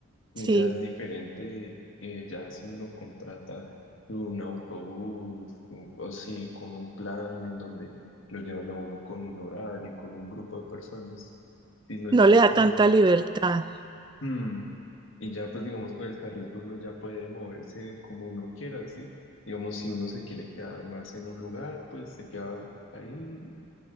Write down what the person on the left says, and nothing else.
Eh,
Ya es diferente, eh, ya si uno contrata un autobús un- o si con un plan en donde lo llevan a uno con un horario, con un grupo de personas, sino
ya es
como,
hmm, y ya pues digamos con el carrito uno ya puede moverse como uno quiera, ¿sí? Digamos, si uno se quiere quedar más en un lugar, pues se queda ahí